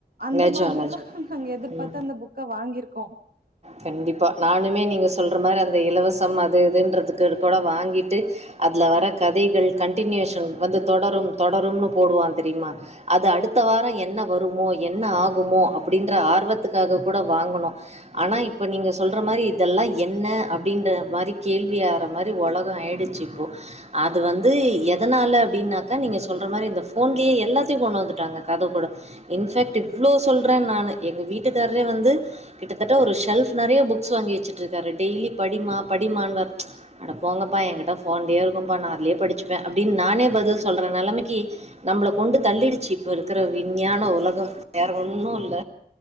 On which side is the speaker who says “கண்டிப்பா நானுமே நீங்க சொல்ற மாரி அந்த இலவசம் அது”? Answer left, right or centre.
Right